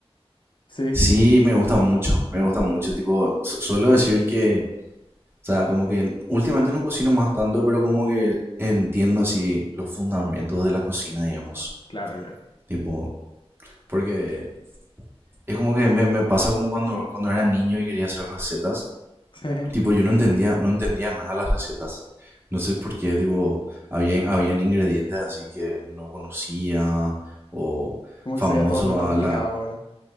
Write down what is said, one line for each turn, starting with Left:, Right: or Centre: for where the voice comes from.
Left: Sí,
Right: Sí,
Left: sí.
Right: me gusta mucho, me gusta mucho. Tipo, su- suelo decir que, o sea, como que últimamente no cocino más tanto, pero como que entiendo así los fundamentos de la cocina, digamos.
Left: Claro, claro. <laughs>
Right: Tipo, porque es como que me, me pasa como cuando, cuando era niño y quería hacer recetas.
Left: Sí.
Right: Tipo, yo no entendía, no entendía nada las recetas. No sé por qué, tipo, había, habían ingredientes así que no conocía o
Left: Como
Right: famoso
Left: que sería todo muy complicado,
Right: a la...
Left: ¿verdad?